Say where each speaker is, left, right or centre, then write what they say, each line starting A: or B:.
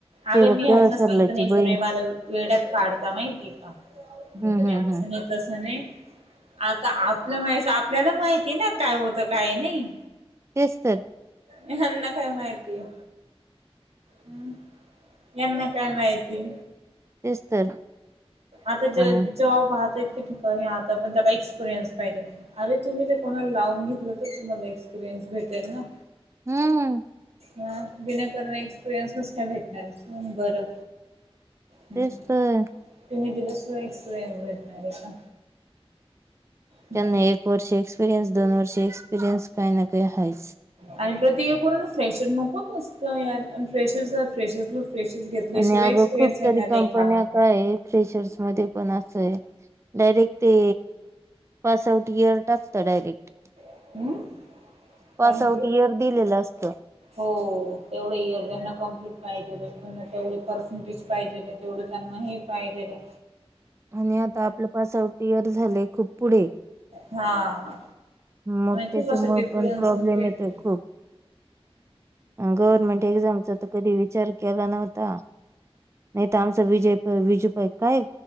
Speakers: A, on the right; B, on the right.
A: अगं
B: ते बघ
A: मी
B: तेव्हा
A: हरना सांगतो
B: सरलाची
A: नाही सगळे
B: बहीण
A: मला वेड्यात काढता माहिती का म्ह
B: हम्म हम्म
A: मस
B: हम्म
A: तस नाही आता आपलं माह आपल्याला माहिित ति ना काय होतं काय नाही
B: तेच तर
A: यांना काय माहितीय हम् यांना काय माहिती
B: तेच तर
A: आता
B: पण
A: ज जॉब आहात इ ठिकाणी आहता पण त्याला एक्सपिरियन्स पाहिजे अरे तुम्ही कोणाला लावून घेतलं तर तुम्हाला एक्सपिरियन्स भेटेल ना
B: हम्म
A: ह विनाकारण एक्सपिरियन्स नस काय भेटणार बरं हम्म
B: तेस आहे
A: तुम्ही तिला सोय स्वय भेटणार आहे का हम्म
B: त्यांना एक वर्ष एक्सपिरियन्स दोन वर्ष एक्सपिरियन्स काही ना काही आहेच
A: आणि प्रत्येक करून फ्रेशर नको त असत फ्रेशर फ्रेशर फ्रेशस घेतल्याशिवाय
B: आणि अगं
A: एक्सपिरियनस
B: खूप
A: येणार
B: तरी कंपन्या
A: आहे का
B: काय आहे फ्रेशर्स मध्ये पण असंय डायरेक्ट ते पास आउट इयर टाक डायरेक्ट
A: हम्म
B: पास
A: काय म्हणते?
B: आउट इयर दिलेलं असत
A: हो तेवढं इयर त्यांना कंप्लीट पाहिजे तेवढे पर्सेंटेज पाहिजे तेवढं त्यांना हे कायकन
B: आणि आता आपलं पास आउट इयर झालंय खूप पुढे
A: हा
B: मग त्याच्यामुळे
A: खूप असं डिफरन्स
B: पण प्रॉब्लेम
A: ते येतो.
B: येतोय खूप गव्हर्नमेंट एक्झामचा तर कधी विचार केला नव्हता नाही तर आमचं विजय विजू पाईक काय